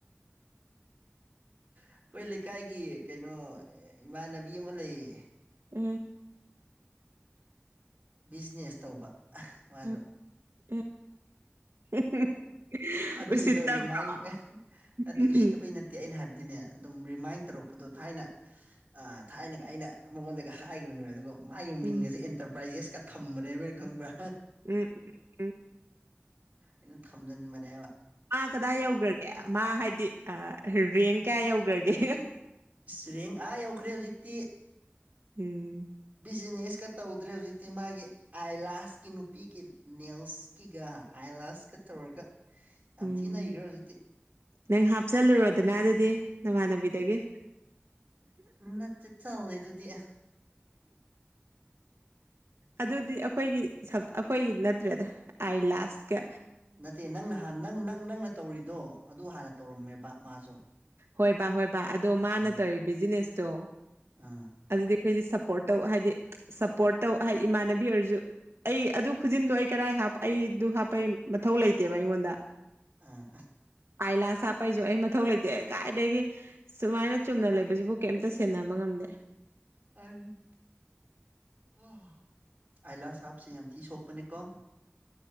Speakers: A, on the right; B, on the right.
A: ꯑꯩꯈꯣꯏ ꯂꯩꯀꯥꯏꯒꯤ ꯀꯩꯅꯣ ꯏꯃꯥꯟꯅꯕꯤ ꯑꯃ ꯂꯩꯌꯦ
B: ꯎꯝ
A: ꯕꯤꯖꯤꯅꯦꯁ ꯇꯧꯕ ꯃꯥꯁꯨ
B: ꯎꯝ ꯎꯝ <unintelligible>
A: ꯑꯗꯨꯒꯤꯗꯣ
B: ꯎꯁꯤꯠꯇꯕ꯭ꯔꯥ
A: ꯔꯤꯃꯥꯏꯟ ꯅꯠꯇꯦ
B: ꯎꯝ
A: ꯎꯁꯤꯠꯇꯕꯩ ꯅꯠ ꯇꯦ ꯑꯩꯅ ꯍꯥꯏꯕꯗꯤꯅꯦ ꯑꯗꯨꯝ ꯔꯤꯃꯥꯏꯟ ꯇꯧꯔꯛꯄꯗꯣ ꯊꯥꯏꯅ ꯑꯥ ꯊꯥꯏꯅꯒ ꯑꯩꯅ ꯃꯉꯣꯟꯗꯒ ꯍꯥꯏꯈꯤꯕꯅꯦ ꯑꯗꯨꯒ ꯃꯥꯒꯤ ꯃꯤꯡꯒꯁꯦ
B: ꯎꯝ
A: ꯑꯦꯟꯇꯔꯄ꯭ꯔꯥꯏꯖꯦꯁꯀ ꯊꯝꯕꯅꯦꯕ ꯑꯩꯅ ꯈꯪꯕ꯭ꯔꯥ
B: ꯎꯝ ꯎꯝ
A: ꯑꯩꯅ ꯊꯝꯖꯟꯕꯅꯦꯕ
B: ꯃꯥ ꯀꯗꯥꯏ ꯌꯧꯒ꯭ꯔꯒꯦ ꯃꯥ ꯍꯥꯏꯗꯤ ꯑꯥ ꯔꯦꯡ ꯀꯌꯥ ꯌꯧꯒ꯭ꯔꯒꯦ
A: ꯑꯁ ꯔꯦꯡ ꯑꯥ ꯌꯧꯈ꯭ꯔꯦ ꯍꯧꯖꯤꯛꯇꯤ
B: ꯎꯝ
A: ꯕꯤꯖꯤꯅꯦꯁꯀ ꯇꯧꯗ꯭ꯔꯦ ꯍꯧꯖꯤꯛꯇꯤ ꯃꯥꯒꯤ ꯑꯥꯏꯂꯥꯁꯀꯤ ꯅꯨꯄꯤꯒꯤ ꯅꯦꯜꯁꯀꯤꯒ ꯑꯥꯏꯂꯥꯁꯀ ꯇꯧꯔꯒ ꯌꯥꯝ
B: ꯎꯝ
A: ꯊꯤꯟ ꯅꯩꯈ꯭ꯔꯦ ꯍꯧꯖꯤꯛꯇꯤ
B: ꯅꯪ ꯍꯥꯞꯆꯜꯂꯨꯔꯣꯗꯅ ꯑꯗꯨꯗꯤ ꯅꯃꯥꯟꯅꯕꯤꯗꯒꯤ
A: ꯎꯝ ꯅꯠꯇ ꯇꯧꯏꯗꯨꯗꯤ <inaudible>
B: ꯑꯗꯨꯗꯤ ꯑꯩꯈꯣꯏꯒꯤ ꯁꯥꯞ ꯑꯩꯈꯣꯏꯒꯤ ꯅꯠꯇ꯭ꯔꯦꯗ ꯑꯥꯏꯂꯥꯁꯀꯥ
A: ꯅꯠꯇꯦ ꯅꯪꯅꯥꯍꯟ ꯅꯪ ꯅꯪ ꯅꯪꯅ ꯇꯧꯔꯤꯗꯣ ꯑꯗꯨ ꯍꯥꯟꯅ ꯇꯧꯔꯝꯃꯦꯕ ꯃꯥꯁꯨ
B: ꯍꯣꯏꯕꯥ ꯍꯣꯏꯕꯥ ꯑꯗꯣ ꯃꯥꯅ
A: ꯑꯥ
B: ꯇꯧꯔꯤ ꯕꯤꯖꯤꯅꯦꯁꯇꯣ
A: ꯑꯥ
B: ꯑꯗꯨꯗꯤ ꯑꯩꯈꯣꯏꯗꯤ ꯁꯞꯄꯣꯔꯠ ꯇꯧ ꯍꯥꯏꯗꯤ ꯁꯞꯄꯣꯔꯠ ꯇꯧ ꯍꯥꯏ ꯏꯃꯥꯟꯅꯕꯤ ꯑꯣꯏꯔꯁꯨ ꯑꯩ ꯑꯗꯨ ꯈꯨꯖꯤꯟꯗꯣ ꯑꯩ ꯀꯔꯥꯏ ꯍꯞ ꯑꯩ ꯑꯗꯨ ꯍꯥꯞꯄꯩ ꯃꯊꯧ ꯂꯩꯇꯦꯕ ꯑꯩꯉꯣꯟꯗ
A: ꯑ
B: ꯑꯥꯏꯂꯥꯁ ꯍꯥꯞꯄꯩꯁꯨ ꯑꯩ ꯃꯊꯧ ꯂꯩꯇꯦ ꯀꯥꯏꯗꯒꯤ ꯁꯨꯃꯥꯏꯅ ꯆꯨꯝꯅ ꯂꯩꯕꯁꯤꯕꯨ ꯀꯩꯝꯇ ꯁꯦꯟꯅꯕ ꯉꯝꯗꯦ
A: <unintelligible> ꯑꯣ ꯑꯥꯏꯂꯁ ꯍꯥꯞꯁꯦ ꯌꯥꯝ ꯊꯤ ꯁꯣꯛꯄꯅꯦ ꯀꯣ